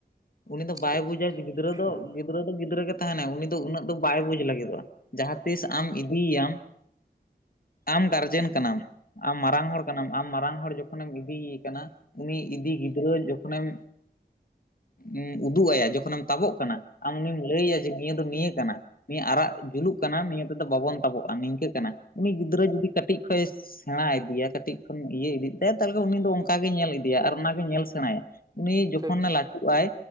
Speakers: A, on the left; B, on the right.
A: ᱩᱱᱤ ᱫᱚ ᱵᱟᱭ
B: ᱴᱷᱤᱠ
A: ᱵᱩᱡᱟ ᱜᱤᱫᱽᱨᱟᱹ ᱫᱚ
B: ᱦᱩᱸ
A: ᱜᱤ ᱜᱤᱫᱽᱨᱟᱹ ᱫᱚ ᱜᱤᱫᱽᱨᱟᱹ ᱜᱮ ᱛᱟᱦᱮᱱᱟᱭ ᱩᱱᱤ ᱫᱚ ᱩᱱᱟᱹᱜ ᱫᱚ ᱵᱟᱭ ᱵᱩᱡᱽ ᱞᱟᱹᱜᱤᱫᱚᱜᱼᱟ ᱡᱟᱦᱟᱸ ᱛᱤᱥ ᱟᱢ ᱤᱫᱤᱭᱭᱟᱢ ᱟᱢ ᱜᱟᱨᱡᱮᱱ ᱠᱟᱱᱟᱢ ᱟᱢ ᱢᱟᱨᱟᱝ ᱦᱚᱲ ᱠᱟᱱᱟᱢ ᱟᱢ ᱢᱟᱨᱟᱝ ᱦᱚᱲ ᱡᱚᱠᱷᱚᱱᱮᱢ ᱤᱫᱤᱭᱮᱢ ᱠᱟᱱᱟ ᱩᱱᱤ ᱤᱫᱤ ᱜᱮ ᱜᱤᱫᱽᱨᱟᱹ ᱡᱚᱠᱷᱚᱱᱮᱢ ᱩᱸ ᱩᱫᱩᱜ ᱟᱭᱟ ᱡᱚᱠ ᱠᱷᱚᱱᱮᱢ ᱛᱟᱵᱚᱜ ᱠᱟᱱᱟ ᱟᱢ ᱩᱱᱤᱢ ᱞᱟᱹᱭᱟᱭᱟ ᱡᱮ ᱱᱤᱭᱟᱹ ᱫᱚ ᱱᱤᱭᱟᱹ ᱠᱟᱱᱟ᱾ ᱱᱤᱭᱟᱹ ᱟᱨᱟᱜ ᱡᱩᱞᱩᱜ ᱠᱟᱱᱟ ᱱᱤᱭᱟᱹ ᱛᱮᱫᱚ ᱵᱟᱵᱚᱱ ᱛᱟᱵᱚᱜᱼᱟ ᱱᱤᱝᱠᱟᱹ ᱠᱟᱱᱟ ᱩᱱᱤ ᱜᱤᱫᱽᱨᱟᱹ ᱡᱩᱫᱤ ᱠᱟᱹᱴᱤᱡ ᱠᱷᱚᱡ ᱥᱮ ᱥᱮᱬᱟ ᱤᱫᱤᱭᱟ ᱠᱟᱹᱴᱤᱡ ᱠᱷᱚᱱ ᱤᱭᱟᱹ ᱤᱫᱤᱜ ᱛᱟᱭᱟ ᱛᱟᱦᱞᱮ ᱠᱷᱟᱱ ᱩᱱᱤ ᱫᱚ ᱚᱝᱠᱟ ᱜᱮᱭ ᱧᱮᱞ ᱤᱫᱤᱭᱟ ᱟᱨ ᱚᱝᱠᱟ ᱜᱮ ᱧᱮᱞ ᱥᱮᱬᱟᱭᱟ᱾ ᱩᱱᱤ ᱡᱚᱠᱷᱚᱱᱮ
B: ᱴᱷᱤᱠ
A: ᱞᱟᱹᱴᱩᱜ ᱟᱭ